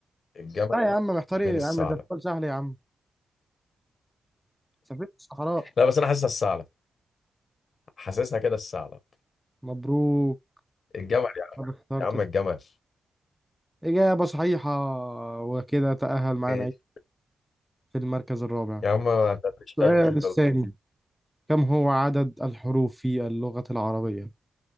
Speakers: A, on the left; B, in the centre.
A: الجمل
B: لا يا عم محتار
A: وبين
B: إيه
A: الثعلب
B: يا عم ده سؤال سهل يا عم سفينة الصحراء
A: لا بس أنا حاسسها الثعلب حاسسها كده الثعلب
B: مبروك
A: الجمل يعني
B: ما اخترت
A: يا عم الجمل
B: إجابة صحيحة وكده تأهل معانا
A: ماشي
B: في المركز الرابع
A: يا عم ما
B: السؤال
A: تعملش
B: الثاني كم هو عدد الحروف في اللغة العربية